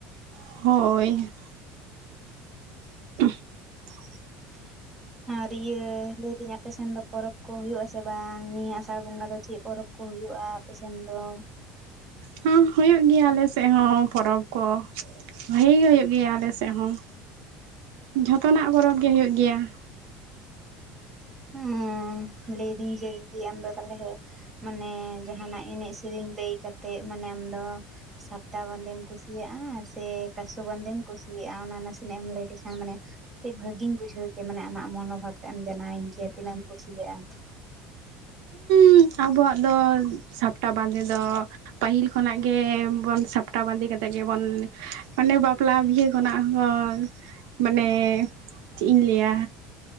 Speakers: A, on the right; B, on the right.
A: ᱦᱳᱭ ᱾ <unintelligible>
B: <inaudible> ᱟᱨ ᱤᱭᱟᱹ ᱞᱟᱹᱭ ᱫᱟᱹᱧ ᱟᱯᱮᱥᱮᱱ ᱫᱚ ᱯᱚᱨᱚᱵᱽ ᱠᱚ ᱦᱩᱭᱩᱜ ᱟᱥᱮ ᱵᱟᱝ ᱱᱤᱭᱟᱹ ᱟᱥᱟᱲ ᱵᱚᱸᱜᱟ ᱫᱚ ᱪᱮᱫ? ᱯᱚᱨᱚᱵᱽ ᱠᱚ ᱦᱩᱭᱩᱜᱼᱟ, ᱟᱯᱮ ᱥᱮᱱ ᱫᱚ?
A: ᱦᱚᱸ ᱦᱳᱭᱳᱜ ᱜᱤᱭᱟ ᱾ ᱟᱞᱮ ᱥᱮᱫ ᱦᱚᱸ ᱯᱚᱨᱚᱵᱽ ᱠᱚ ᱵᱷᱟᱹᱜᱮ ᱜᱮ ᱦᱳᱭᱳᱜ ᱜᱮᱭᱟ ᱟᱞᱮ ᱥᱮᱜ ᱦᱚᱸ ᱡᱷᱚᱛᱚᱱᱟᱜ ᱯᱚᱨᱚᱵᱽ ᱜᱮ ᱦᱳᱭᱳᱜ ᱜᱤᱭᱟ ᱾
B: ᱩᱸ ᱞᱟᱹᱭᱫᱤᱧ ᱡᱮ ᱫᱤ ᱟᱢ ᱫᱚ ᱛᱟᱞᱦᱮ ᱢᱟᱱᱮ ᱡᱟᱦᱟᱱᱟᱜ ᱮᱱᱮᱡ ᱥᱮᱨᱮᱧ ᱞᱟᱹᱭ ᱠᱟᱛᱮᱜ ᱢᱟᱱᱮ ᱟᱢᱫᱚ ᱥᱟᱯᱴᱟ ᱵᱟᱸᱫᱮᱢ ᱠᱩᱥᱤᱭᱟᱜᱼᱟ, ᱥᱮ ᱠᱟᱥᱳ ᱵᱟᱸᱫᱮᱢ ᱠᱩᱥᱤᱭᱟᱜᱼᱟ, ᱚᱱᱟ ᱱᱟᱥᱮᱱᱟᱜ ᱮᱢ ᱞᱟᱹᱭ ᱞᱮᱠᱷᱟᱱ ᱢᱟᱱᱮ ᱠᱟᱹᱡᱽ ᱵᱷᱟᱹᱜᱤᱧ ᱵᱩᱡᱷᱟᱹᱣ ᱠᱮᱭᱟ ᱢᱟᱱᱮ ᱟᱢᱟᱜ ᱢᱚᱱᱳᱵᱷᱟᱵ ᱴᱟᱜ ᱮᱢ ᱡᱟᱱᱟᱣᱤᱧ ᱠᱮᱭᱟ ᱛᱤᱱᱟᱹᱜ ᱮᱢ ᱠᱩᱥᱤᱭᱟᱜᱼᱟ ᱾
A: ᱦᱩᱸ ᱟᱵᱚᱣᱟᱜ ᱫᱚ ᱥᱟᱯᱴᱟ ᱵᱟᱸᱫᱮ ᱫᱚ ᱯᱟᱹᱦᱤᱞ ᱠᱷᱚᱱᱟᱜ ᱜᱮᱵᱚᱱ ᱥᱟᱯᱴᱟ ᱵᱟᱸᱫᱮ ᱠᱟᱛᱮᱜ ᱜᱮᱵᱚᱱ ᱢᱟᱱᱮ ᱵᱟᱯᱞᱟ ᱵᱤᱦᱟᱹ ᱠᱷᱚᱱᱟᱜ ᱦᱚᱸ ᱾ ᱢᱟᱱᱮ ᱪᱮᱜ ᱤᱧ ᱞᱟᱹᱭᱟ